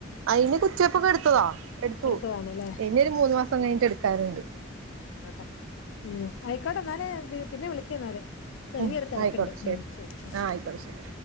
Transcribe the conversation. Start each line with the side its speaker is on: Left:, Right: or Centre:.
Right: അയിന് കുറ്റിയപ്പൊക്കെ എടുത്തതാ എടുത്തു
Left: എടുത്തതാണല്ലേ
Right: ഇനി ഒരു മൂന്ന് മാസം കഴിഞ്ഞിട്ട് എടുക്കാനുണ്ട്.
Left: എട ഉം ആയിക്കോട്ടെ ന്നാല് പി പിന്നെ വിളിക്ക് എന്നാല്. ചെറിയെ
Right: ഉം
Left: ഒരു തെരക്ക്ണ്ട്
Right: ആയിക്കോട്ടെ
Left: ഉം ശരി.
Right: ആഹ് ആയിക്കോട്ടെ ശരി